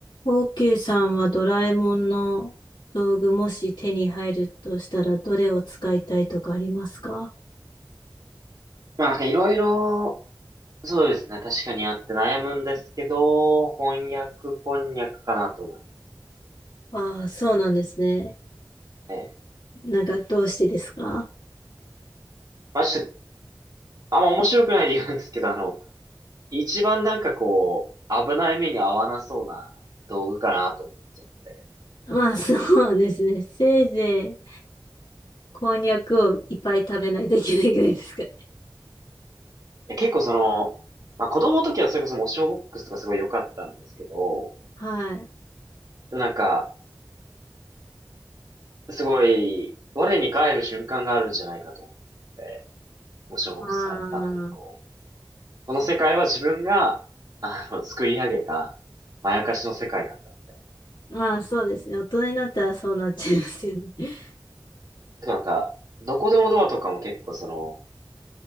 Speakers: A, on the left; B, on the right.
A: オーケーさんはドラえもんの道具もし手に入るとしたらどれを使いたいとかありますか
B: まあなんかいろいろ、そうですね。確かにあって悩むんですけど、翻訳こんにゃくかなと思います
A: ああ、そうなんですね。
B: ね。
A: なんかどうしてですか
B: まあちょっと、あんま面白くない理由なんですけど、あの、一番なんかこう、危ない目に遭わなそうな道具かなと思っちゃって。
A: まあそうですね。せいぜいこんにゃくをいっぱい食べないといけないぐらいですかね。
B: いや結構その、まあ子供の時はそれこそモーションボックスとかすごい良かったんですけど、
A: はい。
B: でもなんか、すごい、我に返る瞬間があるんじゃないかと思って、モーションボックス使った後にこう、
A: ああ、
B: この世界は自分が、
A: そ
B: あの、作り上げた、まやかしの世界なんだ、みたいな。
A: まあそうですね。大人になったらそうなっちゃいますよね。
B: でもなんか、どこでもドアとかも結構その、